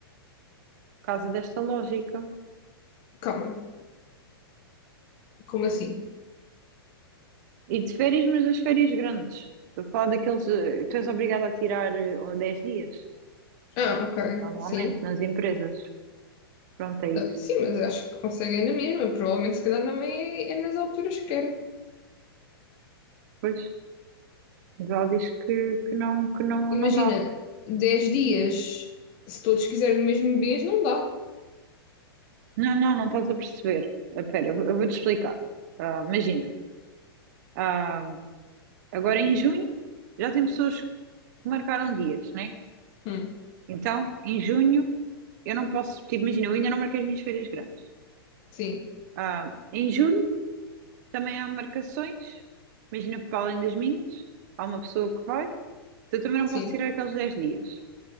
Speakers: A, on the right; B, on the left.
A: por causa desta lógica.
B: calma, como assim?
A: E de férias, mas das férias grandes. Estou a falar daqueles. eh, Tu és obrigado a tirar eh, 10 dias,
B: Ah, ok,
A: normalmente,
B: sim.
A: nas empresas. Pronto, é
B: Ah,
A: isso.
B: sim, mas acho que conseguem na mesma. Provavelmente, se calhar, não é, é nas alturas que era.
A: Pois, mas ela diz que, que não, que não,
B: Imagina,
A: não dá.
B: 10 dias, se todos quiserem o mesmo mês, não dá.
A: Não, não, não estás a perceber. Espera, eu vou- eu vou-te explicar. Ah, imagina. Ah, Agora em junho já tem pessoas que marcaram dias, né?
B: Hum,
A: Então, em junho eu não posso, tipo, imagina, eu ainda não marquei as minhas férias grandes.
B: sim,
A: Ah, em julho também há marcações, imagina, para além das minhas, há uma pessoa que vai, então eu também não
B: sim.
A: posso tirar aqueles 10 dias.